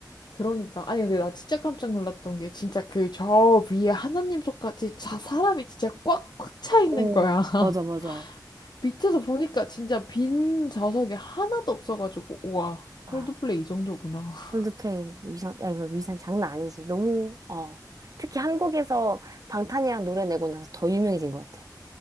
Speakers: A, on the left; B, on the right.
A: 그러니까. 아니, 근데 나 진짜 깜짝 놀랐던 게, 진짜 그 저 위에 하나님 손까지 자, 사람이 진짜 꽉, 꽉 차 있는
B: 오,
A: 거야. <laughs>
B: 맞아 맞아
A: 밑에서 보니까 진짜 빈 좌석이 하나도 없어가지고, 우와, 콜드플레이
B: 아
A: 이 정도구나. <laughs>
B: 콜드플레이 위상 아 이거 위상 장난 아니지 너무 어 특히 한국에서 방탄이랑 노래 내고 나서 더 유명해진 것 같아